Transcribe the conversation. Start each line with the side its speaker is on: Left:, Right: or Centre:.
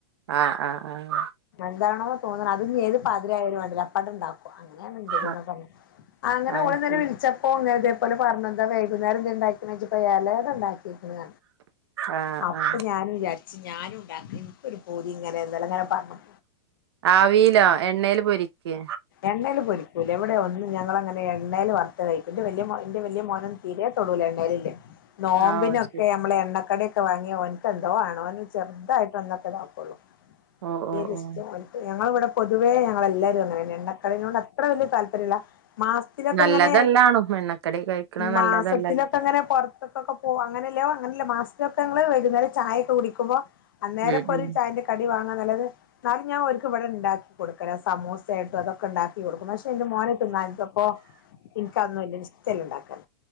Right: ആഹ് ആഹ്
Left: ന്താണോ? തോന്നണം അത്ഞ്ഞ് ഏത് പതിരായാലും വാണ്ടില അപ്പട് ണ്ടാക്കും. <unintelligible>
Right: ആഹ്
Left: അങ്ങനെ
Right: അത്
Left: ഓല്ന്നലെ
Right: ശരി
Left: വിൾച്ചപ്പൊ. ഓൻ ന്നലെ തേപോലെ പർഞ്ഞ് എന്താ വൈകുന്നേരെന്തേ ണ്ടാക്കീക്ക്ണോയ്ചപ്പൊ എലട ണ്ടാക്കീക്ക്ണ്
Right: ആഹ്
Left: അപ്പൊ
Right: ആഹ്
Left: ഞാന് വിചാര്ച്ച് ഞാനുണ്ടാക്ക ഇൻക്കൊര് പൂതിങ്ങനെ ന്നലെങ്ങനെ പർഞ്ഞ
Right: ആവിയിലോ എണ്ണയില് പൊരിക്കേ?
Left: എണ്ണയിൽപൊരിക്കൂല എവിടെയ ഒന്ന് ഞൾങ്ങനെ എണ്ണയിൽ വറുത്ത കഴിക്കും ഇ വലിയ വലിയ മോം തീരെ തൊടൂല എണ്ണേല്ല്ലെ നോമ്പിനൊക്കെ
Right: ആഹ് ഓഹ് ശരി
Left: നമ്മള് എണ്ണക്കടിയൊക്കെ വാങ്ങിയാ ഓൻക്കെന്തോ ആണ് ഓന് ചെർതായിട്ടൊന്നൊക്കെതാക്കുള്ളൂ.
Right: ഓഹ് ഓഹ്
Left: എരുഷ്റ്റാ?
Right: ഓഹ്
Left: ഞങ്ങളെവ്ടെ പൊതുവെ ഞങ്ങളെല്ലാരും അങ്ങനെന്നെ എണ്ണക്കടിനോട് അത്ര വല്യ താൽപര്യല്ല മാസത്തിലൊക്കെങ്ങനെ
Right: നല്ലതല്ലാണും എണ്ണക്കടി കഴിക്കണ നല്ലതല്ലല്ലോ
Left: മാസത്തിലൊക്കെങ്ങനെ കൊർ ക്കൊക്കെ പോവ അങ്ങനെല്ല അങ്ങനല്ല മാസത്തിലൊക്കെ ങ്ങള് വൈകുന്നേരം ചായൊക്കെ കുടിക്കുമ്പോ. അന്നേരൊക്കൊര്
Right: ഉം ഉം
Left: ചായന്റെ കടി വാങ്ങ്ന്നല്ലത് എന്നാലും ഞാൻ ഒ ഇവിടെണ്ടാക്കി കൊട്ക്കല സമോസായിട്ടും അതൊക്കെണ്ടാക്കി കൊടുക്കും. പക്ഷെ ന്റെ മോനത് തിന്നാത്തപ്പൊ ഇൻക്കഒന്നും വല്യ ഇഷ്റ്റല്ല ണ്ടാക്കാൻ